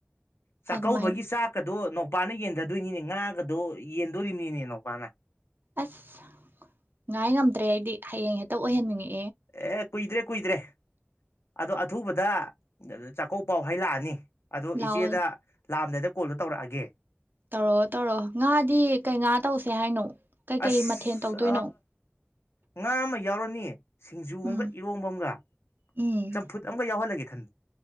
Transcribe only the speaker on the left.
ꯆꯥꯛꯀꯧꯕꯒꯤ
ꯆꯥꯛꯀꯗꯣ ꯅꯨꯄꯥꯅ ꯌꯦꯟꯗꯗꯣꯏꯅꯤꯅꯦ ꯉꯔꯥꯒꯗꯣ ꯌꯦꯟꯗꯣꯔꯤꯕꯅꯤꯅꯦꯅ ꯅꯨꯄꯥꯅ
ꯑꯦ ꯀꯨꯏꯗ꯭ꯔꯦ ꯀꯨꯏꯗ꯭ꯔꯦ ꯑꯗꯣ ꯑꯊꯨꯕꯗ ꯆꯥꯛꯀꯧꯕ ꯄꯥꯎ ꯍꯩ ꯂꯥꯛꯑꯅꯤ ꯑꯗꯣ
ꯏꯆꯦꯗ ꯂꯥꯛꯑꯝꯗꯥꯏꯗ ꯀꯣꯜꯗꯣ ꯇꯧꯔꯛꯑꯒꯦ
ꯑꯁ
ꯉꯥ ꯑꯃ ꯌꯥꯎꯔꯅꯤ ꯅꯤ ꯁꯤꯡꯖꯨ ꯑꯃꯒ
ꯏꯔꯣꯝꯕ ꯑꯃꯒ
ꯆꯝꯐꯨꯠ ꯑꯃꯒ ꯌꯥꯎꯍꯜꯂꯒꯦ ꯈꯟ